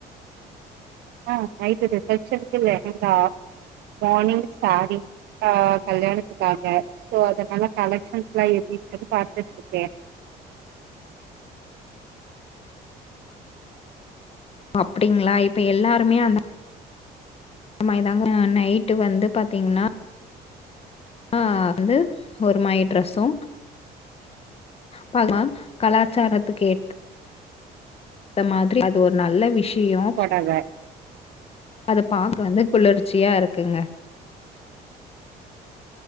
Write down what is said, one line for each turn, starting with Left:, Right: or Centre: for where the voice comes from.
Right: ஆ நைட்டு ரிசப்ஷன்க்கு லெகங்கா மார்னிங் சேரீ ஆ கல்யாணத்துக்காக சோ அதனால கலெக்ஷன்ஸ் எல்லா எப்டி இருக்குனு பாத்துட்டு இருக்கே
Left: அப்டிங்களா இப்ப எல்லாருமே அந்தா ந்த மாரிதாங்க நைட்டு வந்து பாத்தீங்கன்னா ஆ வந்து ஒரு மாரி ட்ரெஸ்சு பாபம் கலாச்சாரத்துக் கேத் த மாரி அது ஒரு நல்ல விஷயோ
Right: பொடவ
Left: அத பாக்க வந்து குளிர்ச்சியா இருக்குங்க